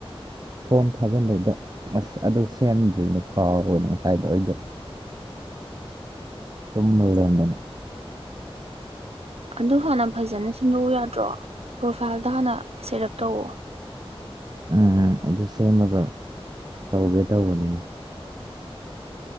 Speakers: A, on the right; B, on the right.
A: ꯐꯣꯝ ꯊꯥꯖꯤꯟꯕꯩꯗꯣ ꯑꯁ ꯑꯗꯨ ꯁꯦꯝꯗ꯭ꯔꯤꯅꯦ ꯀꯥꯎꯔꯣꯏꯅ ꯉꯁꯥꯏꯗꯣ ꯑꯩꯗꯣ ꯇꯨꯝꯃꯒ ꯂꯩꯔꯃꯗꯅ
B: ꯑꯗꯨ ꯍꯥꯟꯅ ꯐꯖꯅ ꯁꯤꯡꯗꯣꯛꯎ ꯌꯥꯗ꯭ꯔꯣ ꯄ꯭ꯔꯣꯐꯥꯏꯜꯗꯣ ꯍꯥꯟꯅ ꯁꯦꯠ ꯑꯞ ꯇꯧꯑꯣ
A: ꯎꯝ ꯎꯝ ꯑꯗꯨ ꯁꯦꯝꯃꯒ ꯇꯧꯒꯦ ꯇꯧꯕꯅꯤ